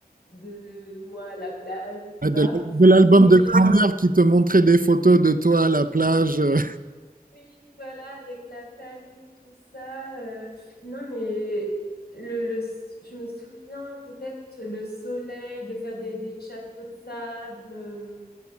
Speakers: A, on the left; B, on the right.
A: de moi à la plage ou
B: Ah,
A: pas.
B: De l'al- de l'album
A: Mais
B: de grand-mère
A: euh,
B: qui te montrait des photos de toi à la plage, euh,
A: oui, voilà, avec la famille, tout ça. euh, non, mais le, le, je me souviens peut-être le soleil, de faire des, des châteaux de sable. euh,